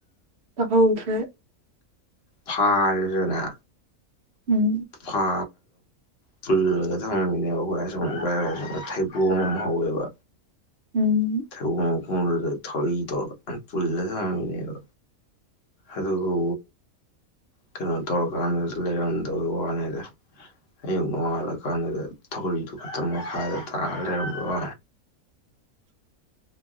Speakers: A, on the right (about 55°); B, on the left (about 50°).
A: ꯍꯧꯁ꯭ꯔꯦ
B: ꯐꯥꯔꯖꯅ
A: ꯎꯝ
B: ꯍ ꯄꯨꯜꯂꯒ ꯊꯝꯃꯝꯃꯤꯅꯦꯕ ꯑꯩꯈꯣꯏ ꯑꯁꯨꯝ ꯊꯩꯕꯨ ꯑꯃꯝ ꯍꯧꯋꯦꯕ
A: ꯎꯝ
B: ꯊ ꯊ ꯄꯨꯂ ꯊ ꯑꯗꯨꯕꯨ ꯀꯩꯅꯣ ꯇꯧꯔꯀꯥꯟꯗ ꯂꯩꯔꯝꯗꯕ ꯋꯥꯅꯦꯗ ꯑꯌꯨꯛ ꯅꯣꯡꯉꯥꯜꯂꯀꯥꯟꯗꯨꯗ ꯊꯧꯔꯤꯗꯨ ꯈꯛꯇꯪ ꯃꯈꯥꯗ ꯇꯥꯔꯒ ꯂꯩꯔꯝꯕꯣ
A: <inaudible>